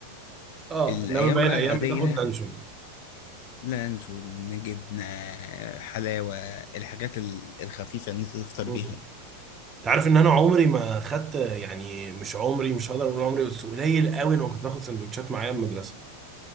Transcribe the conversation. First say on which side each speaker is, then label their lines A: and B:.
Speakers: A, on the right; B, on the left.
A: اه
B: الايام
A: انما باقي الايام
B: بقى العاديه
A: بتاخد لانشون
B: لانشو جبنة حلاوة الحاجات ال- الخفيفة اللي انت تفطر
A: امم
B: بيها دي.
A: تعرف ان انا عمري ما خدت يعني مش عمري مش هقدر اقول عمري بس قليل قوي انا كنت باخد سندوتشات معايا من المدرسه